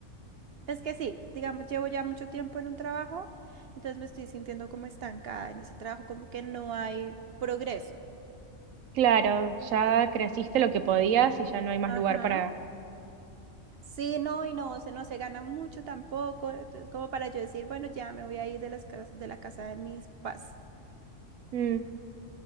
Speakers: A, on the right; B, on the right.
A: es que sí, digamos, llevo ya mucho tiempo en un trabajo, entonces me estoy sintiendo como estancada en ese trabajo, como que no hay progreso.
B: Claro, ya creciste lo que podías y ya no hay más
A: Ajá.
B: lugar para...
A: Sí, no, y no, se, no se gana mucho tampoco. Entonces, como para yo decir, bueno, ya me voy a ir de las cas- de la casa de mis papás,
B: Mm.